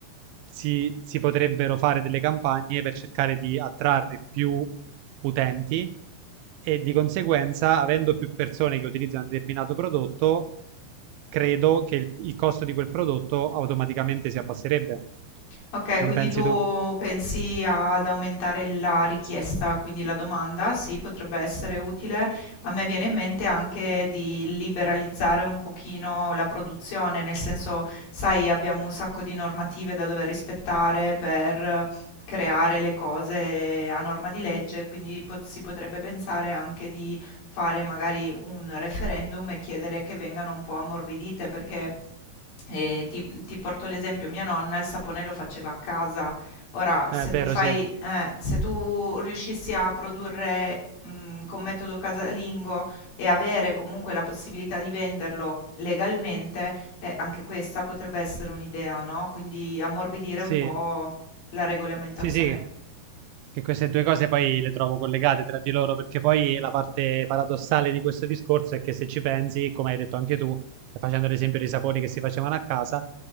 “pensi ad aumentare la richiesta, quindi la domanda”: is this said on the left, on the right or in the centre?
Left